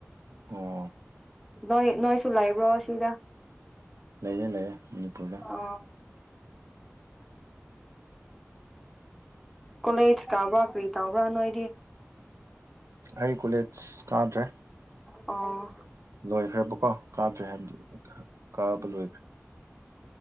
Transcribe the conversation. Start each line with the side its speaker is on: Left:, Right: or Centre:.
Right: ꯑꯣ
Centre: ꯅꯣꯏ ꯅꯣꯏꯁꯨꯨꯂꯥꯏꯕ꯭ꯔꯣ ꯁꯤꯗ
Right: ꯂꯩꯌꯦꯦ ꯂꯩꯌꯦ ꯃꯅꯤꯄꯨꯔ
Centre: ꯑ ꯀꯣꯂꯦꯖ ꯇꯥꯕ꯭ꯔꯥ ꯀꯔꯤ ꯇꯥꯕ꯭ꯔꯥ ꯅꯣꯏꯗꯤ
Right: ꯑꯩ ꯀꯣꯂꯦꯖ ꯀꯥꯗ꯭ꯔꯦ
Centre: ꯑꯣ
Right: ꯂꯣꯏꯈ꯭ꯔꯦꯕꯀꯣ ꯀꯥꯗ꯭ꯔꯦ ꯍꯥꯏꯕꯗꯤ ꯂꯦ